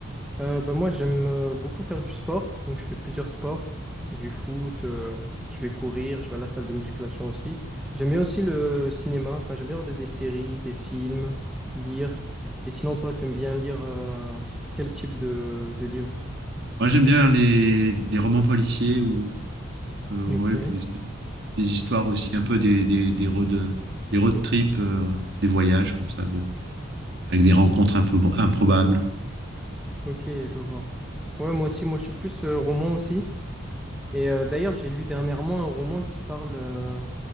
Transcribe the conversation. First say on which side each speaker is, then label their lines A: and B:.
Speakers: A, in the centre; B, on the right.
A: Euh, ben moi, j'aime euh, beaucoup faire du sport. Donc, je fais plusieurs sports. Du foot, euh, je vais courir, je vais à la salle de musculation aussi. J'aime bien aussi le cinéma. Enfin, j'aime bien regarder des séries, des films, lire. Et sinon, toi, tu aimes bien lire euh, quel type de, de livre?
B: Moi, j'aime bien les, les romans policiers ou euh,
A: Ok.
B: ouais, puis des, des histoires aussi, un peu des, des, des road, des road trips, euh, des voyages comme ça, de, avec des rencontres un peu improbables.
A: Ok, je vois. Ouais, moi aussi, moi, je suis plus euh, roman aussi. Et euh, d'ailleurs, j'ai lu dernièrement un roman qui parle. euh,